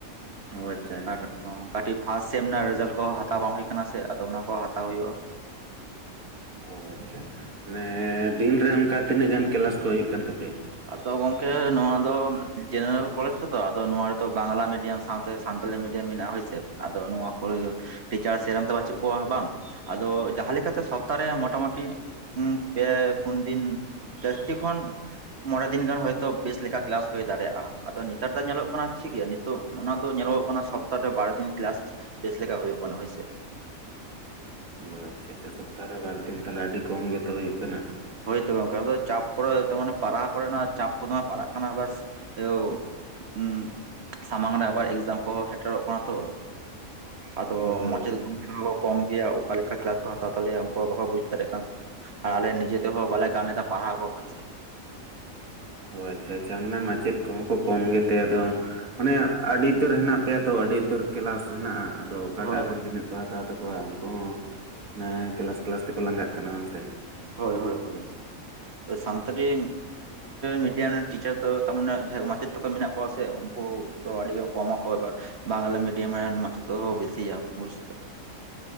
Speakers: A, on the right (about 75°); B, on the right (about 50°).
A: ᱚ ᱟᱪᱪᱷᱟ ᱟᱪᱪᱷᱟ
B: ᱟᱨ ᱠᱟᱹᱴᱤᱡ ᱯᱷᱟᱥᱴ ᱥᱮᱢ ᱨᱮᱱᱟᱜ ᱨᱮᱡᱟᱞᱴ ᱠᱚ ᱦᱚᱸ ᱦᱟᱛᱟᱣ ᱵᱟᱝ ᱦᱩᱭ ᱠᱟᱱᱟ ᱥᱮ ᱟᱫᱚ ᱚᱱᱟ ᱠᱚ ᱦᱟᱛᱼᱼ ᱛᱟᱣ ᱦᱩᱭᱩᱜᱼᱟ
A: ᱚ ᱟᱪᱪᱷᱟ ᱢᱟᱱᱮ ᱫᱤᱱ ᱨᱮ ᱚᱱᱠᱟ ᱛᱤᱱᱟᱹᱜ ᱜᱟᱱ ᱠᱮᱞᱟᱥ ᱠᱚ ᱦᱩᱭᱩᱜ ᱠᱟᱱ ᱛᱟᱯᱮᱭᱟ᱾
B: ᱟᱫᱚ ᱜᱚᱝᱠᱮ ᱱᱚᱣᱟ ᱫᱚ ᱡᱮᱱᱟᱨᱮᱞ ᱠᱚᱞᱮᱡᱽ ᱨᱮᱛᱚ ᱟᱫᱚ ᱱᱚᱣᱟ ᱨᱮᱫᱚ ᱵᱟᱝᱞᱟ ᱢᱤᱰᱤᱭᱟᱢᱼᱼ ᱥᱟᱶ ᱛᱮ ᱥᱟᱱᱛᱟᱞᱤ ᱢᱤᱰᱤᱭᱟᱢ ᱢᱮᱱᱟᱜᱼᱟ ᱦᱳᱭ ᱥᱮ ᱟᱫᱚ ᱱᱚᱣᱟ ᱠᱚ ᱨᱮ ᱴᱤᱪᱟᱨ ᱥᱮᱨᱚᱠᱚᱢ ᱫᱚ ᱵᱟᱹᱪᱩᱜ ᱠᱚᱣᱟ ᱵᱟᱝ ᱟᱫᱚ ᱡᱟᱦᱟᱸ ᱞᱮᱠᱟ ᱛᱮ ᱥᱚᱯᱛᱟ ᱨᱮ ᱢᱚᱴᱟ ᱢᱩᱴᱤ ᱯᱮ ᱯᱩᱱ ᱫᱤᱱᱼᱼ ᱡᱟᱹᱥᱛᱤ ᱠᱷᱚᱱᱼᱼ ᱢᱚᱬᱮ ᱫᱤᱱ ᱜᱟᱱ ᱦᱚᱭᱛᱳ ᱵᱮᱥ ᱞᱮᱠᱟ ᱠᱮᱞᱟᱥ ᱦᱩᱭ ᱫᱟᱲᱮᱭᱟᱜᱼᱟ ᱟᱫᱚ ᱱᱮᱛᱟᱨ ᱫᱚ ᱧᱮᱞᱚᱜ ᱠᱟᱱᱟ ᱴᱷᱤᱠ ᱜᱮᱭᱟ᱾ ᱛᱚ ᱚᱱᱟ ᱫᱚ ᱧᱮᱞᱚᱜᱚᱜ ᱠᱟᱱᱟ ᱥᱚᱯᱛᱟ ᱨᱮ ᱵᱟᱨ ᱫᱤᱱ ᱠᱮᱞᱟᱥ ᱵᱮᱥ ᱞᱮᱠᱟ ᱦᱩᱭᱩᱜ ᱠᱟᱱᱟ ᱦᱳᱭ ᱥᱮᱼᱼ <unintelligible>
A: ᱚ ᱟᱪᱪᱷᱟ ᱟᱪᱪᱷᱟ ᱥᱚᱯᱛᱟᱦᱮ ᱵᱟᱨ ᱫᱤᱱ ᱛᱟᱦᱚᱞᱮ ᱟᱹᱰᱤ ᱠᱚᱢ ᱜᱮᱛᱚ ᱦᱩᱭᱩᱜ ᱠᱟᱱᱟ
B: ᱦᱳᱭᱛᱳ ᱜᱚᱝᱠᱮ ᱟᱫ ᱪᱟᱯ ᱠᱚᱨᱮ ᱱᱟᱜ ᱯᱟᱲᱦᱟᱣ ᱠᱚ ᱨᱮᱱᱟᱜ ᱪᱟᱯ ᱠᱚ ᱫᱚᱢᱮ ᱯᱟᱲᱟᱜ ᱠᱟᱱᱟ ᱟᱵᱟᱨ <unintelligible> ᱦᱩᱸ ᱥᱟᱢᱟᱝ ᱨᱮ ᱟᱵᱟᱨ ᱮᱠᱡᱟᱢ ᱠᱚ ᱦᱚᱸ ᱥᱮᱴᱮᱨᱚᱜ ᱠᱟᱱᱟ ᱛᱚ ᱟᱫᱚ
A: ᱦᱳᱭ ᱦᱳᱭ
B: ᱢᱟᱪᱮᱫ ᱜᱚᱢᱠᱮ ᱦᱚᱸ ᱠᱚ ᱠᱚᱢ ᱜᱮᱭᱟ ᱚᱠᱟ ᱞᱮᱠᱟ ᱠᱮᱞᱟᱥ ᱠᱚ ᱦᱟᱛᱟᱣ ᱛᱟᱞᱮᱭᱟ ᱩᱱᱠᱩ ᱦᱚᱸ ᱵᱟᱠᱚ ᱵᱩᱡ ᱫᱟᱲᱮᱭᱟᱜ ᱠᱟᱱᱟ᱾ ᱟᱨ ᱟᱞᱮ ᱱᱤᱡᱮ ᱛᱮ ᱦᱚᱸ ᱵᱟᱞᱮ ᱜᱟᱱ ᱮᱫᱟ ᱯᱟᱲᱦᱟᱣ ᱠᱚᱦᱚᱸ ᱦᱚᱭ ᱪᱮ
A: ᱚ ᱟᱪᱪᱷᱟ ᱟᱪᱪᱷᱟ ᱢᱟᱱᱮ ᱢᱟᱪᱮᱫ ᱠᱚ ᱦᱚᱸ ᱠᱚ ᱠᱚᱢ ᱜᱮᱛᱮ ᱟᱫᱚᱼᱼ ᱚᱱᱮ ᱟᱹᱰᱤ ᱩᱛᱟᱹᱨ ᱦᱮᱱᱟᱜ ᱯᱮᱭᱟ ᱛᱚ ᱟᱹᱰᱤ ᱩᱛᱟᱹᱨ ᱠᱮᱞᱟᱥ ᱦᱮᱱᱟᱜᱼᱟ ᱟᱫᱚ ᱚᱠᱟᱴᱟᱜ
B: ᱦᱳᱭ
A: ᱨᱮᱱ ᱛᱤᱱᱟᱹᱜᱼᱼ ᱦᱟᱛᱟᱣ ᱛᱟᱠᱚᱣᱟ ᱩᱱᱠᱩ ᱦᱚᱸ <unintelligible> ᱠᱮᱞᱟᱥ ᱠᱮᱞᱟᱥ ᱛᱮ ᱠᱚ ᱞᱟᱸᱜᱟᱜ ᱠᱟᱱᱟ ᱵᱟᱝ ᱥᱮᱼᱼ
B: ᱦᱳᱭ ᱦᱳᱭ ᱦᱳᱭ ᱥᱟᱱᱛᱟᱲᱤ ᱢᱤᱰᱤᱭᱟᱢ ᱨᱮᱱ ᱴᱤᱪᱟᱨ ᱫᱚ ᱛᱟᱢᱟᱱᱮ ᱡᱟᱸᱦᱟᱭ ᱢᱟᱪᱮᱫ ᱛᱟᱠᱚ ᱢᱮᱱᱟᱜ ᱠᱚᱣᱟ ᱥᱮᱼᱼ <unintelligible> ᱟᱹᱰᱤ ᱜᱮ ᱠᱚᱢ ᱟᱠᱚ ᱮᱵᱟᱨ ᱵᱟᱝᱞᱟ ᱢᱤᱰᱤᱭᱟᱢ ᱨᱮᱱ ᱢᱟᱪᱮᱫ ᱵᱮᱥᱤᱭᱟ ᱵᱩᱡ ᱛᱮᱼᱼ